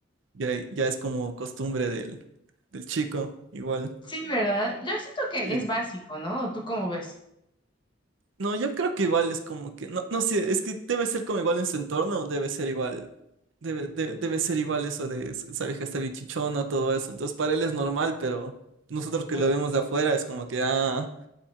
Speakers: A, on the right; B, on the left.
A: ya, ya es como costumbre del, del chico, igual.
B: Sí, ¿verdad? Yo siento que
A: Sí.
B: es básico, ¿no? ¿O ¿Tú cómo ves?
A: No, yo creo que igual es como que, no, no sé, es que debe ser como igual en su entorno, debe ser igual, debe, de- debe ser igual eso de "Es- esa vieja está bien chichona, todo eso. Entonces para él es normal, pero nosotros que
B: Mm.
A: lo vemos de afuera es como que, ah,